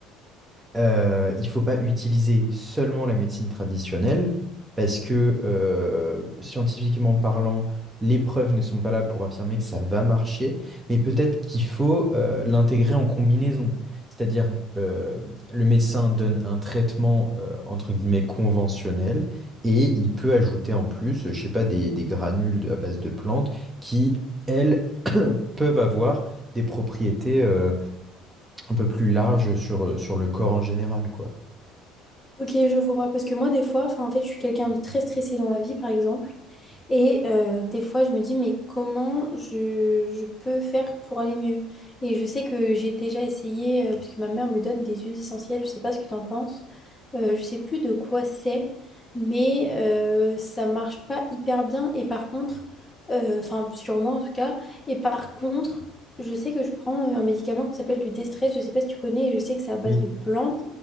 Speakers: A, on the right; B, on the left.
A: euh, il faut pas utiliser seulement la médecine traditionnelle parce que euh, scientifiquement parlant, les preuves ne sont pas là pour affirmer que ça va marcher, mais peut-être qu'il faut euh, l'intégrer en combinaison. C'est-à-dire, euh, le médecin donne un traitement euh, entre guillemets conventionnel et il peut ajouter en plus, je sais pas, des, des granules de- à base de plantes qui, elles, <coughs> <clears throat> peuvent avoir des propriétés euh, un peu plus larges sur, sur le corps en général, quoi.
B: Ok, je vois. Parce que moi, des fois, enfin, en fait, je suis quelqu'un de très stressé dans la vie, par exemple. Et euh, des fois, je me dis, mais comment je, je peux faire pour aller mieux? Et je sais que j'ai déjà essayé, euh, parce que ma mère me donne des huiles essentielles, je sais pas ce que tu en penses. Euh, je sais plus de quoi c'est, mais euh, ça marche pas hyper bien. Et par contre, euh, enfin, sur moi en tout cas, et par contre, je sais que je prends euh, un médicament qui s'appelle du déstress, je sais pas si tu connais, et je sais que c'est à base
A: Oui.
B: de plantes.